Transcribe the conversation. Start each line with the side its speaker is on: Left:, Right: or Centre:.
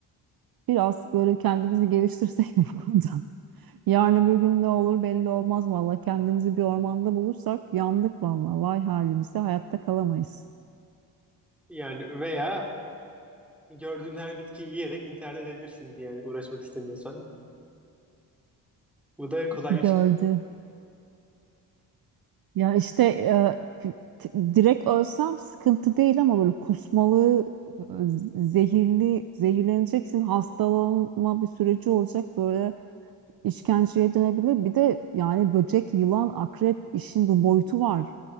Right: biraz böyle kendimizi geliştirsek <laughs> mi bu konuda? Yarın öbür gün ne olur belli olmaz valla. Kendimizi bir ormanda bulursak yandık valla. Vay halimize hayatta kalamayız.
Centre: Yani veya gördüğün her bitkiyi yiyerek intihar edebilirsin yani uğraşmak istemiyorsan. Bu da kolay
Right: Gördü.
Centre: bir çık-
Right: Ya işte e, t- direkt ölsem sıkıntı değil ama böyle kusmalı, e, zehirli, zehirleneceksin, hastalanma bir süreci olacak böyle işkenceye dönebilir. Bir de yani böcek, yılan, akrep işin bu boyutu var.